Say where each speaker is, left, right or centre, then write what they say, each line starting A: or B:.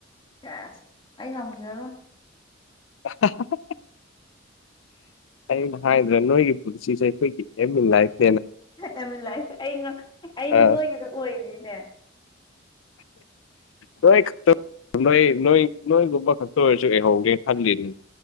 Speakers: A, on the left; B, on the left.
A: ꯁꯦꯁ ꯑꯩ ꯉꯝꯖꯔꯣꯏ꯫
B: <unintelligible> ꯑꯩꯅ ꯍꯥꯏꯗ꯭ꯔ ꯅꯣꯏꯒꯤ ꯄꯨꯟꯁꯤꯁꯦ ꯑꯩꯈꯣꯏꯒꯤ M in life
A: M in life ꯑꯩ ꯑꯩꯗꯤ
B: ꯑ
A: ꯅꯣꯏꯒꯤꯗꯣ ꯑꯣꯏꯅꯤꯡ ꯢꯅꯦ
B: ꯅꯣꯏ ꯈꯛꯇ ꯅꯣꯏ ꯅꯣꯏ ꯅꯣꯏꯒꯨꯝꯕ ꯈꯛꯇ ꯑꯣꯏꯔꯁꯨ ꯑꯦꯍꯧꯒꯦ ꯈꯜꯂꯤꯅꯦ